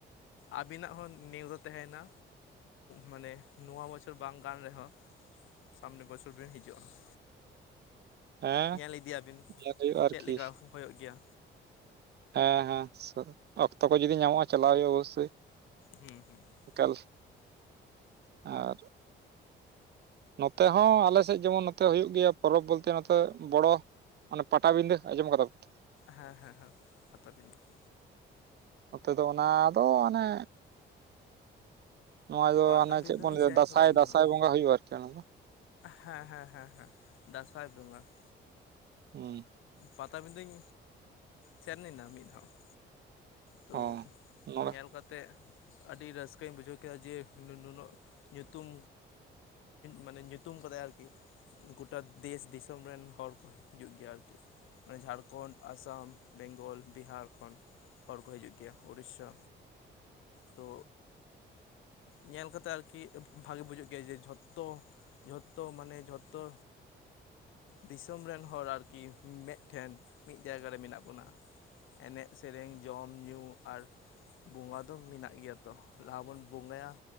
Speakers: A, on the left (about 80°); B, on the right (about 55°).
A: ᱟᱵᱤᱱᱟᱜ ᱦᱚᱸ ᱱᱮᱣᱛᱟᱹ ᱛᱟᱦᱮᱸᱱᱟ ᱢᱟᱱᱮ ᱱᱚᱣᱟ ᱵᱚᱪᱷᱚᱨ ᱵᱟᱝ ᱠᱟᱱᱟ ᱨᱮᱦᱚᱸ ᱥᱟᱢᱱᱮ ᱵᱚᱪᱷᱚᱨ ᱵᱤᱱ ᱦᱤᱡᱩᱜᱼᱟ ᱾
B: ᱦᱮᱸ
A: ᱧᱮᱞ ᱤᱫᱤᱭᱟᱵᱤᱱ
B: ᱧᱮᱞ
A: ᱾
B: ᱦᱩᱭᱩᱜᱼᱟ ᱟᱨᱠᱤ
A: ᱪᱮᱫ ᱞᱮᱠᱟ ᱦᱳᱭᱳᱜ ᱜᱮᱭᱟ?
B: ᱦᱮᱸ ᱦᱮᱸ ᱚᱠᱛᱚ ᱠᱚ ᱡᱩᱫᱤ ᱧᱟᱢᱚᱜᱼᱟ ᱪᱟᱞᱟᱣ ᱦᱩᱭᱩᱜᱼᱟ ᱚᱵᱚᱥᱳᱭ ᱾
A: ᱦᱩᱸ ᱦᱩᱸ ᱾
B: ᱮᱠᱟᱞᱥ ᱟᱨ ᱱᱚᱛᱮ ᱦᱚᱸ ᱟᱞᱮ ᱥᱮᱫ ᱡᱮᱢᱚᱱ ᱱᱚᱛᱮ ᱦᱩᱭᱩᱜ ᱜᱮᱭᱟ ᱯᱚᱨᱚᱵᱽ ᱵᱚᱞᱛᱮ ᱱᱚᱛᱮ ᱵᱚᱲᱚ ᱟᱜ ᱾ ᱚᱱᱮ ᱯᱟᱴᱟᱵᱤᱸᱫᱟᱹ ᱟᱸᱡᱚᱢ ᱠᱟᱫᱟᱯᱮ?
A: ᱦᱮᱸ ᱦᱮᱸ ᱦᱮᱸ ᱯᱟᱛᱟ ᱵᱤᱱᱫᱟᱹ ᱾
B: ᱱᱚᱛᱮ ᱫᱚ ᱚᱱᱟ ᱫᱚ ᱢᱟᱱᱮ ᱱᱚᱣᱟ ᱫᱚ
A: ᱯᱟᱴᱟᱵᱤᱸᱫᱟᱹ
B: ᱟᱱᱮ ᱪᱮᱫ ᱵᱚᱱ
A: ᱞᱤᱧ
B: ᱞᱟᱹᱭᱫᱟ
A: ᱥᱮᱱ
B: ᱫᱟᱸᱥᱟᱭ
A: ᱠᱟᱱᱟ ᱤᱧᱦᱚᱸ
B: ᱫᱟᱸᱥᱟᱭ ᱵᱚᱸᱜᱟ ᱦᱩᱭᱩᱜᱼᱟ ᱟᱨᱠᱤ ᱚᱱᱟ ᱫᱚ ᱾
A: ᱦᱮᱸ ᱦᱮᱸ ᱦᱮᱸ ᱦᱮᱸ ᱫᱟᱸᱥᱟᱭ ᱵᱮᱸᱜᱟ ᱾
B: ᱦᱩᱸ ᱾
A: ᱯᱟᱛᱟ ᱵᱤᱫᱟᱹᱧ ᱥᱮᱱ ᱞᱮᱱᱟ ᱢᱤᱫ ᱫᱷᱟᱣ ᱾ ᱛᱳ
B: ᱚ ᱱᱚᱰᱮ
A: ᱧᱮᱞ ᱠᱟᱛᱮᱜ ᱟᱹᱰᱤ ᱨᱟᱹᱥᱠᱟᱹᱧ ᱵᱩᱡᱷᱟᱹᱣ ᱠᱮᱜᱼᱟ ᱡᱮ ᱞᱩᱱᱟᱹᱜ ᱧᱩᱛᱩᱢ ᱢᱟᱱᱮ ᱧᱩ ᱧᱩᱛᱩᱢ ᱠᱟᱫᱟᱭ ᱟᱨᱠᱤ ᱜᱚᱴᱟ ᱫᱮᱥ ᱫᱤᱥᱚᱢ ᱨᱮᱱ ᱦᱚᱲ ᱠᱚ ᱦᱤᱡᱩᱜ ᱜᱮᱭᱟ ᱟᱨᱠᱤ ᱾ ᱢᱟᱱᱮ ᱡᱷᱟᱲᱠᱷᱚᱸᱱ, ᱟᱥᱟᱢ, ᱵᱮᱝᱜᱚᱞ, ᱵᱤᱦᱟᱨ ᱠᱷᱚᱱ ᱾ ᱦᱚᱲ ᱠᱚ ᱦᱤᱡᱩᱜ ᱜᱮᱭᱟ ᱩᱲᱤᱥᱟ
B: <inaudible>
A: ᱛᱳ ᱧᱮᱞ ᱠᱟᱛᱮᱜ ᱟᱨᱠᱤ ᱵᱷᱟᱜᱮ ᱵᱩᱡᱟᱹᱜ ᱜᱮᱭᱟ ᱡᱮ ᱡᱷᱚᱛᱚ ᱡᱷᱚᱛᱚ ᱢᱟᱱᱮ ᱡᱷᱚᱛᱚ ᱫᱤᱥᱚᱢ ᱨᱮᱱ ᱦᱚᱲ ᱟᱨᱠᱤ ᱢᱮᱛ ᱴᱷᱮᱱ ᱢᱤᱫ ᱡᱟᱭᱜᱟ ᱨᱮ ᱢᱮᱱᱟᱜ ᱵᱚᱱᱟ ᱾ ᱮᱱᱮᱡ ᱥᱮᱨᱮᱧ ᱡᱚᱢ ᱧᱩ ᱟᱨ ᱵᱚᱸᱜᱟ ᱫᱚ ᱢᱮᱱᱟᱜ ᱜᱮᱭᱟ ᱛᱚ ᱞᱟᱦᱟ ᱵᱚᱱ ᱵᱚᱸᱜᱟᱭᱟ